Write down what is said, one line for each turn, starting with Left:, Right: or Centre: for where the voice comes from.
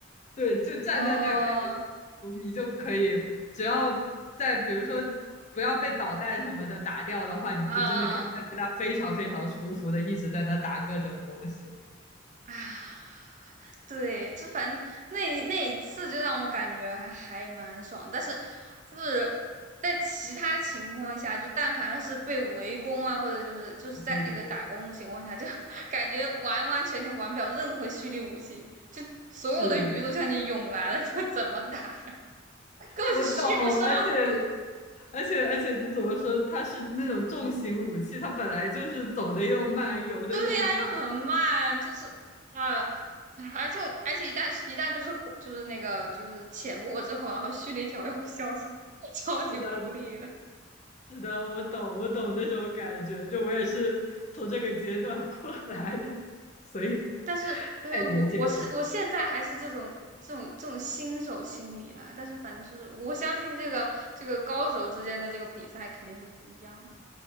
Left: 对，就站在那开始，
Right: 哦
Left: 哦你就可以，只要在比如说不要被导弹什么的打掉的话，你就真的可以站在那非常非常舒服的一直在那打各种东西。
Right: 啊啊啊！啊，对，就反正那那一次就让我感觉还还蛮爽，但是就是在其他情况下，就但凡是被围攻啊，或者就是就是在那个打工的情况下，
Left: 对对对，
Right: 就 <laughs> 感觉完完全全玩不了任何蓄力武器，就所有的鱼都向你涌来了，
Left: 是
Right: 你要怎么打呀？根本就续不上啊！
Left: 我懂，而且。而且而且就怎么说，它是那种重型武器，它本来就是走的又慢，游的又慢。
Right: 对呀，又很慢，就是啊，而且我而且一旦一旦就是火就是那个就是浅没之后，然后蓄力条又会消失，<laughs> 超级无力的。
Left: 是的，是的，我懂，我懂那种感觉。就我也是从这个阶段过来的，所以
Right: 但是对于我我是我现在还是这种这种这种新手心理啦，
Left: 太理解了。
Right: 但是反正就是我相信这个这个高手之间的这个比赛肯定是不一样的，